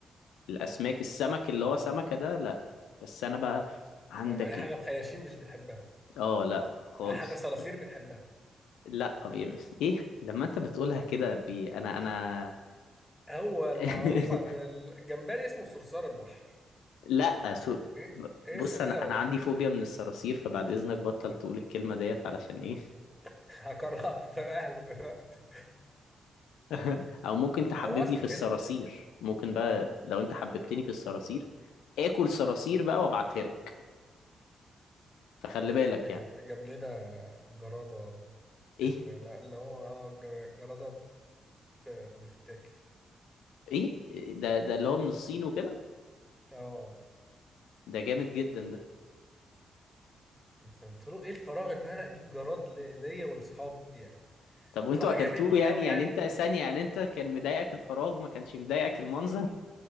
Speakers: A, on the left; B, in the centre.
A: الاسماك السمك اللي هو سمكه ده لا بس انا بقى عندك
B: يعني اي حاجه
A: ايه
B: بخياشيم مش بتحبها
A: اه لا خالص
B: اي حاجه صراصير بتحبها
A: لا بي... <laughs> ايه لما انت بتقولها كده بي... انا انا
B: هو المعروف
A: <laughs>
B: ان الجمبري اسمه صرصار البحر
A: لا سو...
B: ايه
A: ب-
B: ايه
A: بص
B: اسمه كده
A: انا انا
B: ولا لا
A: عندي فوبيا من الصراصير فبعد اذنك بطل تقول الكلمه ديت علشان ايه
B: <laughs> هكرهك في اهله دلوقتي
A: <laughs> او ممكن
B: <laughs>
A: تحببني
B: هو اسمه
A: في
B: كده
A: الصراصير ممكن بقى لو انت حببتني في الصراصير اكل صراصير بقى وابعتها لك فخلي
B: واحد
A: بالك
B: صاحبي
A: يعني
B: جاب, جاب لنا جراده كانت
A: ايه
B: لا اللي هو اه ج- جراده ب- بتتاكل
A: ايه ده ده اللي هو من الصين وكده
B: اه
A: ده جامد جدا ده
B: بس قلت له ايه الفراغ ان انا اجيب جراد لي- ليا ولاصحابي يعني
A: طب وانتوا
B: قلت له عجبتني
A: اكلتوه يعني
B: قوي
A: يعني
B: يعني
A: انت ثانية يعني انت كان مضايقك الفراغ ما كانش مضايقك المنظر